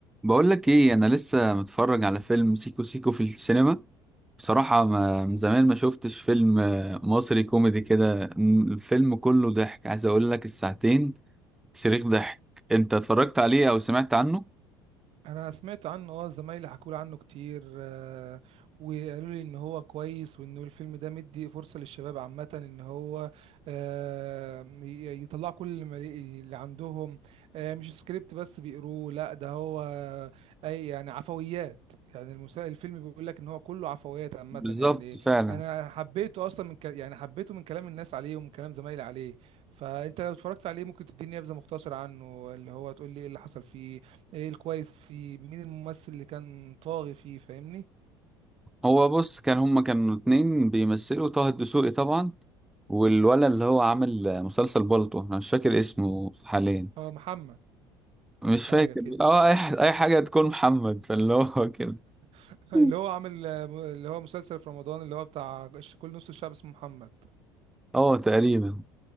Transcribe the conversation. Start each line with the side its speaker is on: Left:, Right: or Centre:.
Centre: بقول لك ايه انا لسه متفرج على فيلم سيكو سيكو في السينما بصراحة ما من زمان ما شفتش فيلم آه، مصري كوميدي كده م- الفيلم كله ضحك عايز اقول لك الساعتين صريخ ضحك انت اتفرجت عليه او سمعت عنه
Right: انا سمعت عنه اه زمايلي حكوا لي عنه كتير آه، وقالوا لي ان هو كويس وانه الفيلم ده مدي فرصة للشباب عامة ان هو آه، ي- يطلع كل ما لي- اللي عندهم آه، مش سكريبت بس بيقروه لا ده هو آه، اي يعني عفويات يعني المسا... الفيلم بيقول لك ان هو كله عفويات عامة
Centre: بالظبط
Right: يعني
Centre: فعلا
Right: انا حبيته اصلا من ك... يعني حبيته من كلام الناس عليه ومن كلام زمايلي عليه فانت لو اتفرجت عليه ممكن تديني نبذة مختصرة عنه اللي هو تقول لي ايه اللي حصل فيه ايه الكويس فيه مين الممثل اللي كان طاغي فيه فاهمني
Centre: هو بص كان هما كانوا اتنين بيمثلوا طه الدسوقي طبعا والولد اللي هو عامل آه، مسلسل بالطو انا مش فاكر اسمه حاليا
Right: هو محمد
Centre: مش
Right: حاجة
Centre: فاكر
Right: كده
Centre: اه اي أي حاجة تكون محمد فاللي هو كده
Right: <laughs> اللي
Centre: <laughs>
Right: هو عامل اللي هو مسلسل في رمضان اللي هو بتاع كل نص الشعب اسمه محمد
Centre: اه تقريبا